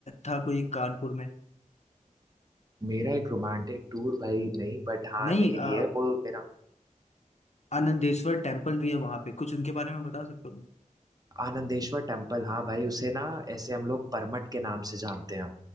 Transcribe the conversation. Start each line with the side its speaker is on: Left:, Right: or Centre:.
Left: था कोई कानपुर में
Right: मेरा एक रोमांटिक टूर भाई नहीं बट हाँ
Left: नहीं
Right: लेकिन
Left: अ,
Right: ये है वो मेरा
Left: आनंदेश्वर टेम्पल भी है वहां पे कुछ उनके बारे में बता सकते हो
Right: आनंदेश्वर टेम्पल हाँ भाई उसे ना ऐसे हम लोग परमट के नाम से जानते हैं